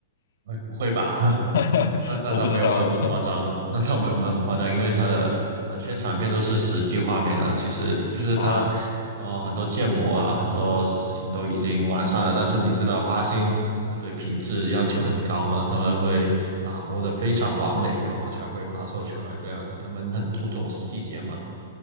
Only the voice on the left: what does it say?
<laughs>
我不知道
<laughs> 啊。